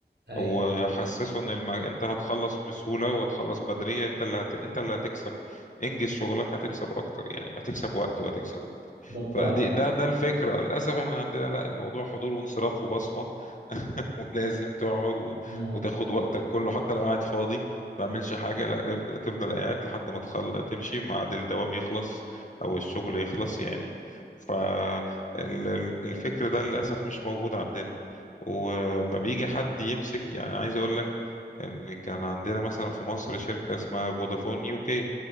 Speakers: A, on the right; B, on the left.
A: أيوة
B: وحسسه ان الم... انت هتخلص بسهولة وهتخلص بدري انت اللي هت... انت اللي هتكسب انجز شغلك هتكسب اكتر يعني هتكسب وقت وهتكسب
A: بالضبط
B: فدي ده ده الفكرة للأسف احنا عندنا لا الموضوع حضور وانصراف وبصمة <laughs> ولازم تقعد و-
A: آه،
B: وتاخد وقتك كله حتى لو قاعد فاضي ما بعملش حاجة لا لف- تفضل قاعد لحد ما تخل... تمشي ميعاد الدوام يخلص أو الشغل يخلص يعني فالفكر ده للأسف مش موجود عندنا وما بيجي حد يمسك يعني عايز أقول لك إن كان عندنا مثلا في مصر شركة اسمها فودافون يو كي